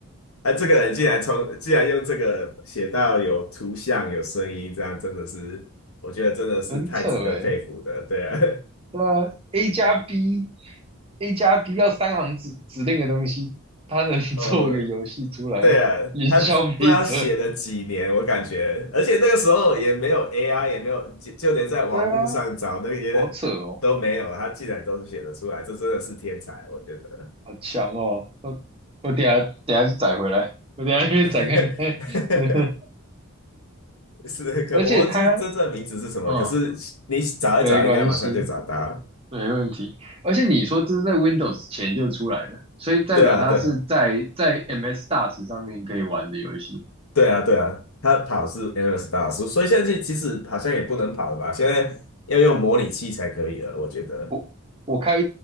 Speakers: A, on the left; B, on the right.
A: 啊，这个人竟然从竟然用这个写到有图像、有声音，这样真的是，我觉得真的是太值得佩服的。
B: <laughs> 很扯诶。
A: 对啊，
B: 对啊，A 加 B A 加 B 要三行指指令的东西，他能
A: <laughs>
B: <laughs>
A: 呃，
B: 做个游戏出来营销没车？
A: 对啊，他只不知道写了几年，我感觉，而且那个时候也没有 AI，也没有，就就连在网络上找那些都没有，
B: 对啊，好扯哦，
A: 他竟然都是写得出来，这真的是天才，我觉得。
B: 好强哦！我我等一下等一下去载回来，我等一下去载看看。
A: <laughs>
B: <laughs>
A: 是可我忘记真正名字是什么，
B: 而且他，嗯，
A: 可是你找一找，
B: 没关系，
A: 应该马上就找到。
B: 没问题。而且你说这是在 Windows 前就出来的，所以代表它是在在
A: 对啊，对啊，
B: MS DOS 上面可以玩的游戏。
A: 对啊，对啊，他跑是 e n e s s s 所以现在其实好像也不能跑了吧？现在要用模拟器才可以了，我觉得。
B: 我我开